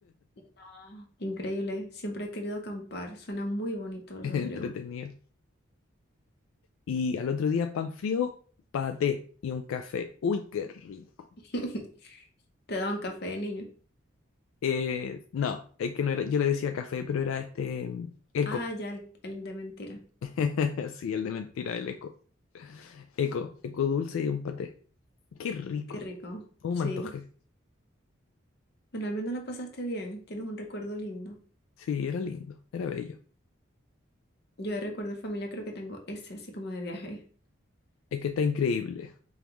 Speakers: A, on the left; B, on the left.
A: No, increíble. Siempre he querido acampar. Suena muy bonito,
B: <laughs>
A: Rodrigo.
B: entretenido. Y al otro día pan frío, paté y un café. Uy, qué rico.
A: <laughs> Te daban café niño.
B: Eh, no, es que no era, yo le decía café, pero era este mm, eco.
A: Ah, ya el, el de mentira.
B: <laughs> Sí, el de mentira, el eco. Eco, eco dulce y un paté. Qué rico.
A: Qué rico.
B: ¿Cómo
A: Sí.
B: me antojé?
A: Bueno, al menos la pasaste bien. Tienes un recuerdo lindo.
B: Sí, era lindo, era bello.
A: Yo de recuerdo de familia creo que tengo ese, así como de viaje.
B: Es que está increíble.